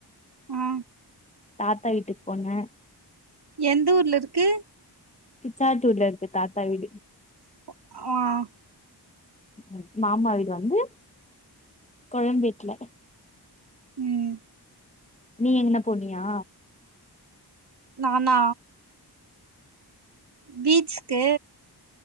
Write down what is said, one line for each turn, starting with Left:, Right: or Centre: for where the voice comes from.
Right: ஆ
Left: தாத்தா வீட்டுக்போனே
Right: எந்த ஊர்ல இருக்கு
Left: பிச்சாட்டூர்ல இருக்கு தாத்தா வீடு
Right: ஆ
Left: ம் மாமா வீடு வந்து கோயம்பேட்ல
Right: ம்
Left: நீ எங்னா போனியா
Right: நானா பீச்க்கு